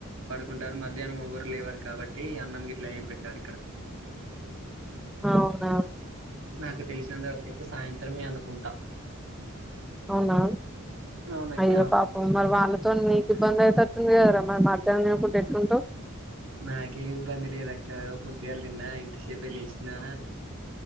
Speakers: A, on the right; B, in the centre.
A: పడుకుంటారు మధ్యాహ్నం ఎవ్వరు లేవరు కాబట్టి అన్నం గిట్ల ఏం పెట్టారు ఇక్కడ
B: అవునా
A: నాకు తెలిసినంతవరకైతే సాయంత్రమే అనుకుంటా
B: అవునా
A: అవునక్క
B: అయ్యో పాపం మరి వాళ్ళతో నీకు ఇబ్బంది అయితటుంది కదరా మరి మధ్యాహ్నం తినకుంట ఎట్ల ఉంటవ్
A: నాకేమి ఇబ్బంది లేదు అక్క పొద్దుగాల తిన్నా ఇంతసేపే లేసినా